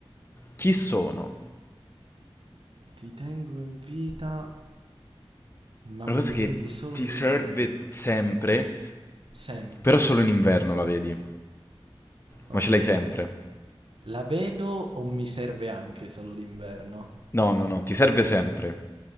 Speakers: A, on the left (about 25°); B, on the right (about 65°).
A: Chi sono?
B: Ti tengo in vita, ma
A: È Una
B: mi
A: cosa che
B: vedi solo
A: ti
B: d'inverno.
A: serve sempre,
B: Sempre.
A: Però solo in inverno la vedi.
B: Ok.
A: Ma ce l'hai sempre.
B: La vedo o mi serve anche solo d'inverno?
A: No, no, no, ti serve sempre.